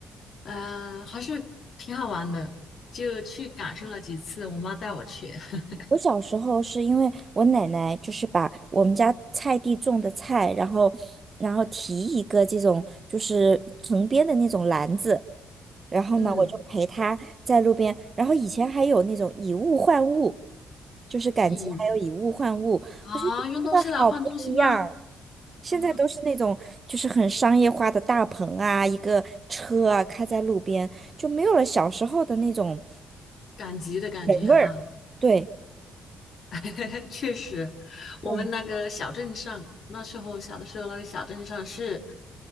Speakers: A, on the left (about 60°); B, on the right (about 35°).
A: 呃，还是挺好玩的，就去感受了几次。我妈带我去，<laughs>
B: 我小时候是因为我奶奶就是把我们家菜地种的菜，然后然后提一个这种就是藤编的那种篮子，然后呢我就陪她在路边，
A: 嗯，
B: 然后以前还有那种以物换物，就是赶集还有以物换物，
A: 以啊，
B: 我觉得真的好不一样儿
A: 用东西来换东西吗？
B: 现在都是那种就是很商业化的大棚啊，
A: 啊，
B: 一个车啊开在路边，就没有了小时候的那种
A: 赶集的感觉哈，
B: 人味儿。对，
A: <laughs> 确实，我们那个小镇上，
B: 对，
A: 那时候小的时候，那个小镇上是，